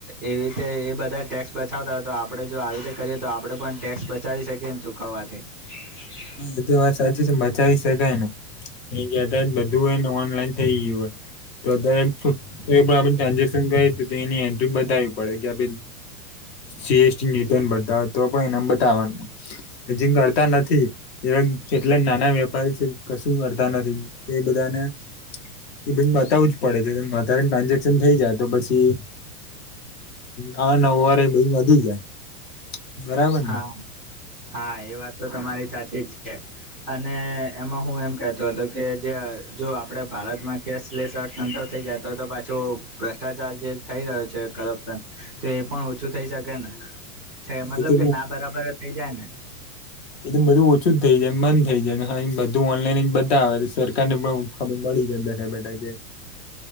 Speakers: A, in the centre; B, on the left (about 40°).
A: એવી રીતે એ બધા ટેક્સ બચાવતા હોય તો આપણે જો આવી રીતે કરીએ તો આપણે પણ ટેક્સ બચાવી શકીએ ને ચૂકવવાથી હ.
B: એ તો વાત સાચી છે, બચાવી શકાય ને એ ગતા બધું હોય ને ઓનલાઈન થઈ ગયું હોય બધા એમ તો પણ આપણે ટ્રાન્ઝેક્શન કરી તો એની એન્ટ્રી બતાવી પડે કેે સીએસટી રિટર્ન ભરતા હોય તો પણ એના બતાવવાનું હજિંગ કરતા નથી એવા કેટલા નાના વેપારી છે, કશું કરતા નથી તો એ બધાને એ બ બતાવું જ પડે છે, વધારે ટ્રાન્ઝેક્શન થઈ જાય તો પછી હા ના ઓવારે બધુ વધી જાય બરાબર
A: હા
B: ને
A: હા એ વાત તો તમારી સાચી જ છે. અને એમાં હું એમ કહેતો હતો કે જે જો આપડે ભારતમાં કેશલેસ અ ધંધો થઈ ગાય તો તો પાછો ભ્રષ્ટાચાર જે થઈ રહ્યો છે, કરપ્શન તો એ પણ ઓછું થઈ શકે ને છે, મતલબ
B: એ તો
A: કે ના બરાબર થઈ જાય ને
B: એ તો બધું ઓછું જ થઈ જાય મન થઈ જાય બધું ઓનલાઈન બધા આવે સરકાર ને બ ખબર પડી જાય બેઠા બેઠા કે